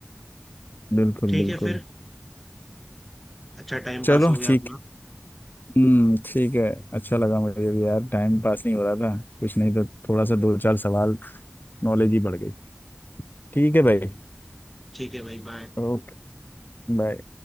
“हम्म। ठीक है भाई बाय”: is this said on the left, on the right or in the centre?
Centre